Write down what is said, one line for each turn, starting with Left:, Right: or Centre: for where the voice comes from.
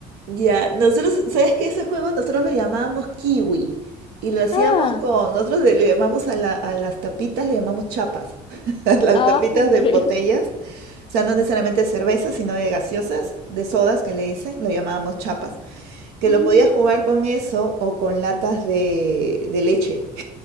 Right: Ya, nosotros, ¿sabes qué? Ese juego nosotros lo llamábamos kiwi y lo hacíamos
Left: Ah,
Right: con, nosotros le le llamamos a, la- a las tapitas, le llamamos chapas, <laughs> a las
Left: ah,
Right: tapitas
Left: ok.
Right: de botellas, o sea, no necesariamente de cerveza, sino de gaseosas, de sodas que le dicen, lo llamábamos chapas, que
Left: Mm,
Right: lo podías jugar con eso o con latas de, de leche.